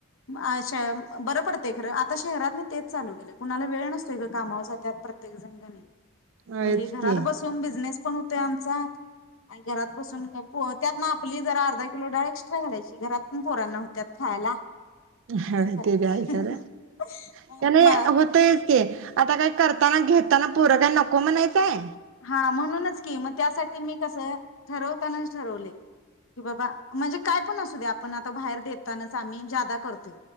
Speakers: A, on the left; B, on the right.
A: बरं पडते खरं आता शहरात नाही तेच चालू गेले, कुणाला वेळ नसतो ग कामावर जात्यात प्रत्येक जण घरी.
B: होयच
A: मग हे घरात
B: की
A: बसून बिझनेस <unintelligible> आमचा घरात बसून, त्यात आपली जरा अर्धा किलो डाळ घालायची. घरात पण पोरांना होत्यात खायला.
B: ह
A: असं करायचं
B: ते बी हाय खरं त्या नाही
A: म
B: होतय च ते. आता काही करताना घेताना पोर काही नको म्हणायचंय.
A: हा म्हणूनच की मग त्यासाठी मी कसं ठरवतानाच ठरवले की बाबा म्हणजे काय पण असू द्या आपण आता बाहेर देतानाच आम्ही जादा करतोय